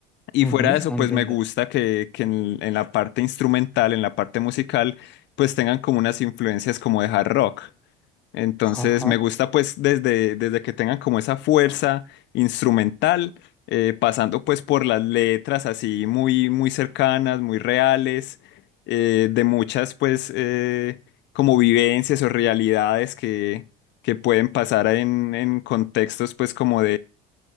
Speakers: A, on the left; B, in the centre.
A: Y
B: Ujú,
A: fuera de eso,
B: entiendo.
A: pues me gusta que, que en, en la parte instrumental, en la parte musical, pues tengan como unas influencias como de hard rock. Entonces
B: Ajá,
A: me gusta pues desde, desde que tengan como esa fuerza instrumental, eh, pasando pues por las letras así muy, muy cercanas, muy reales, eh, de muchas pues eh, como vivencias o realidades que, que pueden pasar en, en contextos pues como